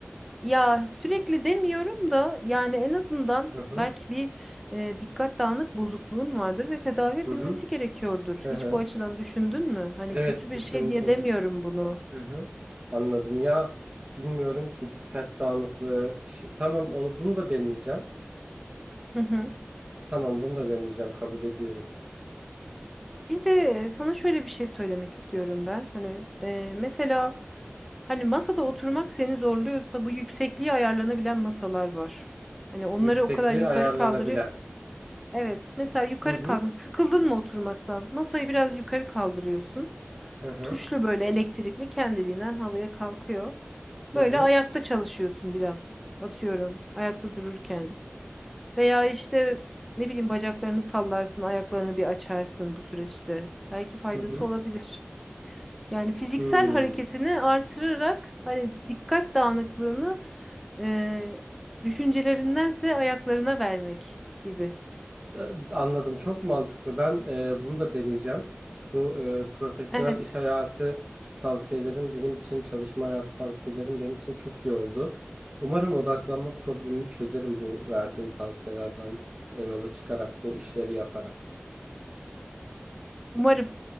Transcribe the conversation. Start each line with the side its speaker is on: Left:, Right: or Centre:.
Centre: Ya sürekli demiyorum da yani en azından
Right: Hı hı.
Centre: belki bir e, dikkat dağınık bozukluğun vardır ve tedavi edilmesi
Right: Hı hı.
Centre: gerekiyordur.
Right: Hı
Centre: Hiç
Right: hı.
Centre: bu açıdan düşündün mü? Hani
Right: Evet
Centre: kötü bir
Right: düşündüm.
Centre: şey diye demiyorum bunu.
Right: Hı hı. Anladım ya. Bilmiyorum ki dikkat dağınıklığı. işi- Tamam onu bunu da deneyeceğim.
Centre: <laughs>
Right: Tamam bunu da deneyeceğim kabul ediyorum.
Centre: Bir de e, sana şöyle bir şey söylemek istiyorum ben. Hani e, mesela hani masada oturmak seni zorluyorsa bu yüksekliği ayarlanabilen masalar var. Hani onları
Right: Yüksekliği
Centre: o kadar yukarı
Right: ayarlanabilen.
Centre: kaldırı. Evet, mesela yukarı
Right: Hı hı.
Centre: kalma. Sıkıldın mı oturmaktan? Masayı biraz yukarı kaldırıyorsun.
Right: Hı hı.
Centre: Tuşlu böyle elektrikli kendiliğinden havaya kalkıyor. Böyle
Right: Hı hı.
Centre: ayakta çalışıyorsun biraz. Atıyorum ayakta dururken. Veya işte ne bileyim bacaklarını sallarsın, ayaklarını bir açarsın bu süreçte. Belki faydası
Right: Hı hı.
Centre: olabilir. Yani fiziksel
Right: Hmm.
Centre: hareketini artırarak hani dikkat dağınıklığını e, düşüncelerindense ayaklarına vermek gibi.
Right: E, Anladım. Çok mantıklı. Ben e, bunu da deneyeceğim. Bu e, profesyonel
Centre: Evet,
Right: iş hayatı tavsiyelerin benim için, çalışma hayatı tavsiyelerin benim için çok iyi oldu. Umarım odaklanma problemimi çözerim bu verdiğin tavsiyelerden e, yola çıkarak, bu işleri yaparak.
Centre: umarım.